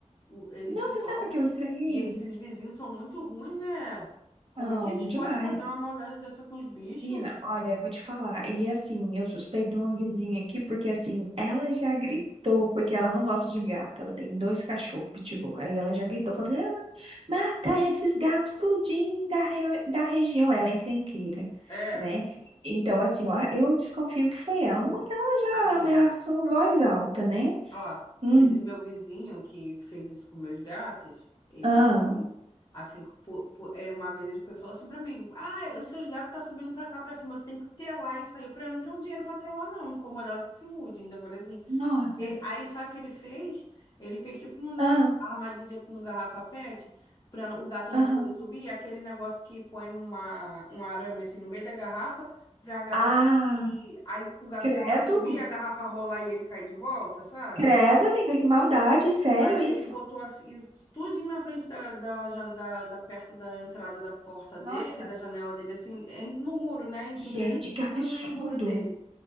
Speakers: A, on the left (about 35°); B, on the right (about 50°).
A: O- Eles
B: Não,
A: se
B: você
A: vão.
B: sabe por que eu estranhei?
A: E esses vizinhos são muito ruins, né? Como
B: Não,
A: é que eles podem
B: demais.
A: fazer uma maldade dessa com os bichos?
B: Menina, olha, eu vou te falar. E assim, eu suspeito de uma vizinha aqui, porque assim, ela já gritou, porque ela não gosta de gato. Ela tem dois cachorros, pitbull. Aí ela já gritou, falando, "Ah, mata esses gatos tudinho da, re- da região. Ela é encrenqueira,
A: É,
B: né? Então, assim, ó, eu desconfio que foi ela. Uma que ela já
A: amiga,
B: ameaçou em voz alta, né?
A: ó,
B: Hum.
A: esse meu vizinho que fez isso com meus gatos, ele,
B: Ah,
A: assim, po- po- é, uma vez ele foi e falou assim pra mim, ah, os seus gatos tá subindo pra cá, pra cima, você tem que telar isso aí. Eu falei, eu não tenho dinheiro pra telar não, incomodado que se mude. Ainda falei assim,
B: nossa.
A: Ele, aí sabe o que ele fez? Ele fez tipo uns
B: Ah,
A: arma- armadilha com garrafa PET para o gato
B: aham.
A: não poder subir, aquele negócio que põe uma, um arame assim no meio da garrafa para a garrafa
B: Ah,
A: e aí pro gato
B: credo.
A: tentar subir, a garrafa rolar e ele cair de volta, sabe?
B: Credo, amiga, que maldade, sério
A: Aí
B: isso?
A: ele botou assim, isso tudinho na frente da, da, jan- da, da- perto da entrada da porta dele,
B: Nossa,
A: da janela dele, assim, em- no muro, né? Entre
B: gente,
A: o meu
B: que
A: muro
B: absurdo.
A: e o muro dele.